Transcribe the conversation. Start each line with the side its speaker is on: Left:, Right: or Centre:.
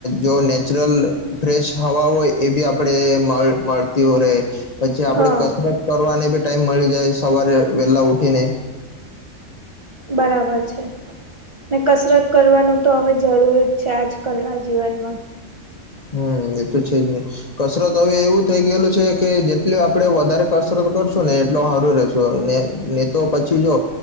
Left: જો નેચરલ ફ્રેશ હવા હોય એ બી આપડે મળતી હોય રે પછી આપડે
Right: હા
Left: કસરત કરવાને બી ટાઈમ મળી જાય સવારે વહેલા ઉઠી ને
Right: બરાબર છે ને કસરત કરવાનું તો હવે જરૂર જ છે આજકાલના જીવનમાં
Left: હમ એતો છે જ નહી કસરત હવે એવું થઇ ગયેલું છે કે જેટલી આપડે વધારે કસરત કરશું ને એટલ સારું રશું ને ને તો પછી જો